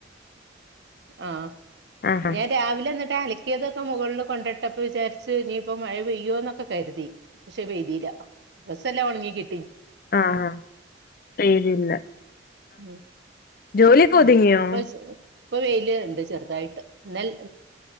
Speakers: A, on the right (about 65°); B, on the left (about 50°).
A: ആഹ
B: ആഹാ
A: ഞാൻ രാവിലെ മ അലക്കിയതൊക്കെ മുകളിൽ കൊണ്ടിട്ടപ്പോ വിചാരിച്ച് ഇനിയിപ്പോ മഴ പെയ്യോന്നൊക്കെ കരുതി പക്ഷെ പെയ്തില്ല ഡ്രസ്സ് എല്ലാം ഉണങ്ങികി
B: ആഹ ആ പെയ്തില്ല
A: ഉം
B: ജോലി കോതിങ്ങിയോ
A: ഉം ഇപ്പൊ ഇപ്പൊ വെയില്ണ്ട് ചെറുതായിട്ട് എന്നൽ